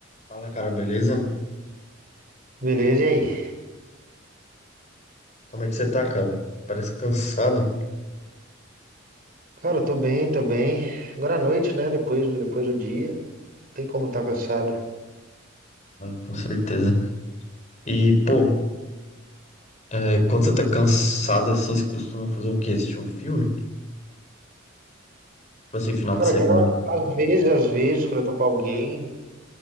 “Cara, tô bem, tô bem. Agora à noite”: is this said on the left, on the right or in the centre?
Right